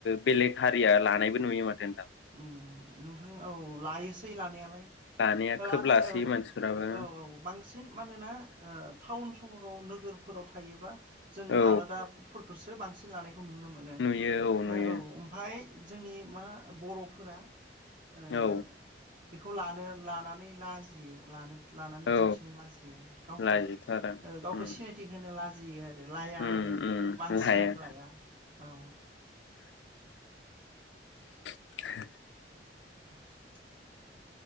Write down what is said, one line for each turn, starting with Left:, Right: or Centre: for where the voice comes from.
Left: बेलेग हारिया लानायबो नुयो माथो नोंथां
Right: उम नोंथां औ लायोसै लानायालाय
Left: लानाया खोब
Right: लानाय
Left: लासोयो
Right: औ
Left: मानसिफ्राबो
Right: औ औ बांसिन मानोना टाउन सहराव नोगोरफोराव थायोबा जों
Left: औ
Right: आलादा बेखौसो बांसिन लानाय बेखौ नुनो मोनो
Left: नुयो नुयो
Right: ओ औ ओमफ्राय जोंनि मा बर'फोरा ओ
Left: औ
Right: बेखौ लानो लानानै लाजियो लानो लानानै
Left: औ
Right: दिन्थिनो लाजियो गावखौ
Left: लाजिथारा
Right: ओ गावखौ
Left: उम
Right: सिनायथि होनो लाजि <unintelligible> लाया माने
Left: उम उम
Right: बांसिनानो
Left: हाया
Right: लाया औ
Left: <unintelligible>
Right: <inaudible>